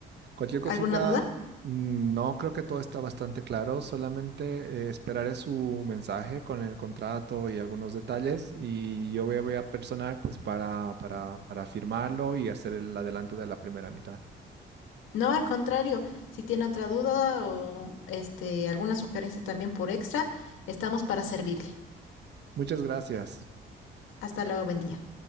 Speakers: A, on the right; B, on the left.
A: Cualquier cosita,
B: ¿Alguna duda?
A: mm, no creo que todo está bastante claro, solamente eh, esperaré su mensaje con el contrato y algunos detalles y yo voy a voy a personar pues para, para, para firmarlo y hacer el adelanto de la primera mitad.
B: No, al contrario, si tiene otra duda o este, alguna sugerencia también por extra, estamos para servirle.
A: Muchas gracias.
B: Hasta luego, buen día.